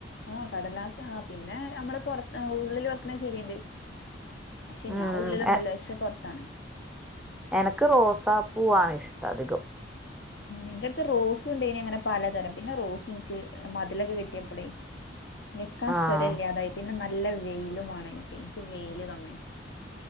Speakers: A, on the left; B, in the centre.
A: ആഹ് കടലാസ് ആഹ് പിന്നെ ഞമ്മള് പൊറത്ത് ഉള്ളില് വെക്കണ ചെടിയ്ണ്ട്. ക്ഷെ
B: ഉം
A: ഞാൻ ഉള്ളിലൊന്നല്ല
B: എ
A: ച്ചേ പൊറത്താണ്.
B: എനക്ക് റോസാപ്പൂ ആണിഷ്ടധികം.
A: എന്റെട്ത് റോസുണ്ടേനി അങ്ങനെ പലതരം. പിന്നെ റോസ് ഇൻക്ക് മതിലൊക്കെ കെട്ടിയപ്പളേ
B: <inaudible>
A: വെക്കാൻ
B: ആഹ്
A: സ്ഥലില്ലാതായി പിന്നെ നല് ല്ല വെയിലും വാണം അയിനിക്ക്. ക്ക് വെയില് കമ്മിയ.